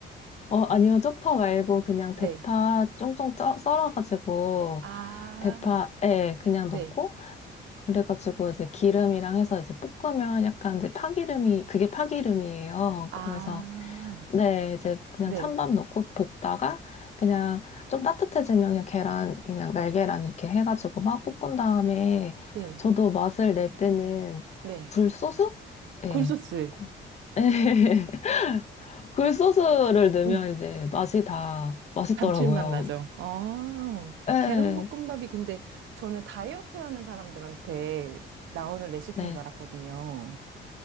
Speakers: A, on the left; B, on the right.
A: 어, 아니요. 쪽파 말고 그냥
B: 네.
A: 대파 쫑쫑 쪄- 썰어가지고
B: 아,
A: 대파에 그냥
B: 네.
A: 넣고 그래가지고 이제 기름이랑 해서 이제 볶으면 약간 이제 파기름이 그게 파기름이에요.
B: 아,
A: 그래서 네, 이제 그냥
B: 네.
A: 찬밥 넣고 볶다가 그냥 좀 따뜻해지면 그냥 계란 그냥 날계란 이렇게 해가지고 막 볶은 다음에
B: 네.
A: 저도 맛을 낼 때는
B: 네.
A: 굴소스? 예.
B: 굴소스.
A: 굴- <laughs> 예. 굴소스를 넣으면
B: 음.
A: 이제 맛이 다 맛있더라고요.
B: 감칠맛 나죠? 아,
A: 네,
B: 계란볶음밥이 근데 저는 다이어트 하는 사람들한테 나오는 레시피인
A: 네.
B: 줄 알았거든요.